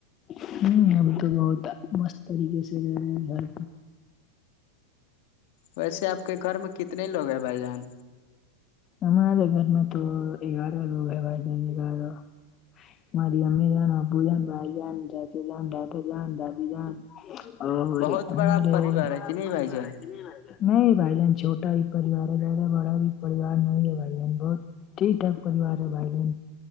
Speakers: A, on the left; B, on the left.
A: ہ اب تو بہت مست طریقے سے رہ رہے ہیں گھر
B: ویسے آپ کے گھر میں کتنے لوگ ہیں بھائی جان
A: ہمارے گھر میں تو گیارہ لوگ ہیں بھائی جان گیارہ ہماری امی جان ابو جان بھائی جان چاچے جان دادا جان دادی جان اور
B: بہت بڑا
A: ہمارے
B: پریوار
A: ہمارے
B: ہے کہ نہیں بھائی جان
A: ہے نہیں بھائی بہن چھوٹا ہی پریوار ہے بڑا بڑا بھی پریوار نہیں ہے بھائی بن بہت ٹھیک ٹاک پریوار ہے بھائی بہن